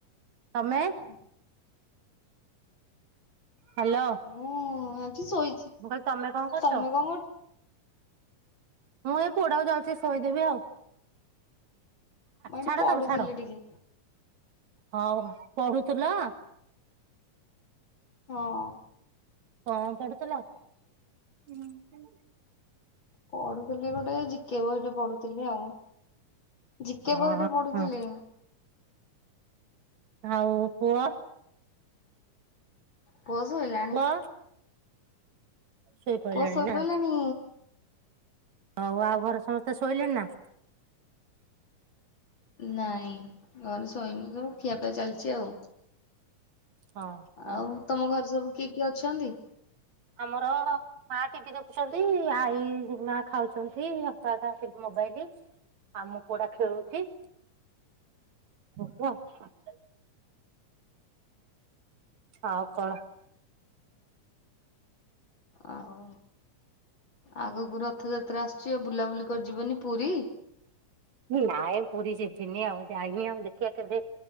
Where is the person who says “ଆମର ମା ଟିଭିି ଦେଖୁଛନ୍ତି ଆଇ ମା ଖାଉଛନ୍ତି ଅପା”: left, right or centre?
Right